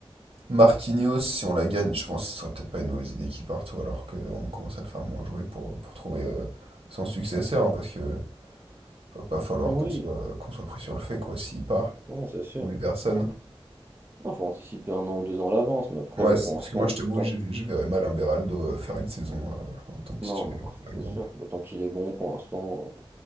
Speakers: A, on the right; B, on the right.
A: Marquinhos, si on la gagne, je pense que ce serait peut-être pas une mauvaise idée qu'il parte, ou alors qu'on commence à le faire moins jouer pour, pour trouver euh, son successeur, hein, parce que va pas falloir
B: Oui,
A: qu'on soit, qu'on soit pris sur le fait, quoi, s'il part,
B: non, c'est sûr.
A: qu'on est personne.
B: Après, non, faut anticiper un an ou deux ans à l'avance, mais après,
A: Ouais, c'est-
B: pour l'instant,
A: parce que moi, je t'avoue,
B: tant...
A: je, je verrais mal un Beraldo euh, faire une saison euh, en tant que
B: non,
A: titulaire,
B: non, ça,
A: par exemple.
B: c'est sûr. Mais tant qu'il est bon, pour l'instant.